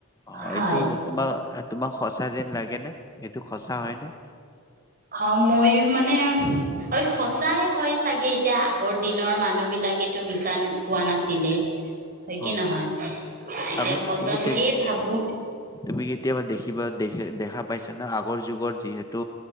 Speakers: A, on the left; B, on the right.
A: অঁ
B: হয়।
A: এইটো তোমাৰ। তোমাক সঁচা যেন লাগে নে এইটো সঁচা হয়নে।
B: অঁ মইও মানে অ সঁচাই হয় চাগে এতিয়া আগ। আগৰ দিনৰ মানুহ বিলাকেতো মিছা কোৱা নাছিলে। হয়
A: অ
B: কি নহয় এতিয়া
A: আমিতো
B: সঁচা
A: তুমি
B: বুলিয়ে
A: তে
B: ভাবো।
A: তুমি কেতিয়াবা দেখিবা দেখে দেখা পাইছানে আগৰ যুগত যিহেতু